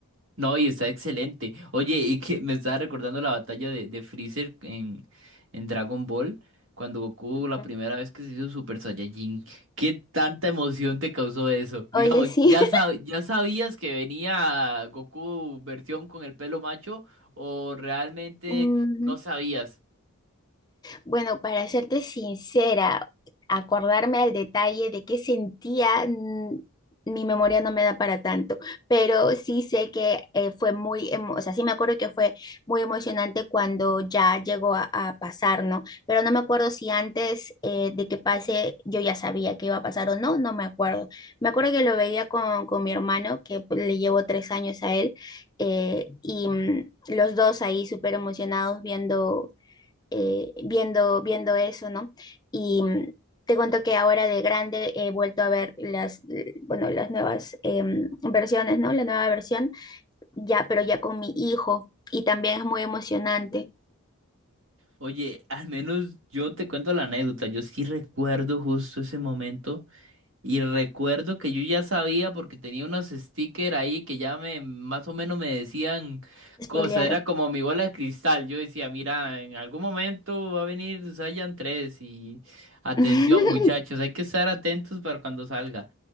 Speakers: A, on the right; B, on the left.
A: No, y está excelente. Oye, y que me estaba recordando la batalla de, de Freezer en, en Dragon Ball, cuando Goku
B: Ujú.
A: la primera vez que se hizo Super Saiyajin. ¿Qué tanta emoción te causó eso? Digamos,
B: Oye, sí.
A: ya
B: <laughs>
A: sab- ya sabías que venía Goku versión con el pelo macho o realmente
B: Mm,
A: no sabías.
B: Bueno, para serte sincera, acordarme al detalle de qué sentía, mm, mi memoria no me da para tanto, pero sí sé que eh, fue muy, emo- o sea, sí me acuerdo que fue muy emocionante cuando ya llegó a, a pasar, ¿no? Pero no me acuerdo si antes eh, de que pase yo ya sabía que iba a pasar o no, no me acuerdo. Me acuerdo que lo veía con, con mi hermano, que pues, le llevo tres años a él, eh, y mm, los dos ahí súper emocionados viendo eh, viendo, viendo eso, ¿no? Y mm, te cuento que ahora de grande he vuelto a ver las, eh, bueno, las nuevas em, versiones, ¿no? La nueva versión, ya, pero ya con mi hijo, y también es muy emocionante.
A: Oye, al menos yo te cuento la anécdota. Yo sí recuerdo justo ese momento. Y recuerdo que yo ya sabía porque tenía unos stickers ahí que ya me más o menos me decían
B: Spoilearon.
A: cosas. Era como mi bola de cristal. Yo decía, mira, en algún momento va a venir Saiyan 3 y atención
B: <laughs>
A: muchachos, hay que estar atentos para cuando salga.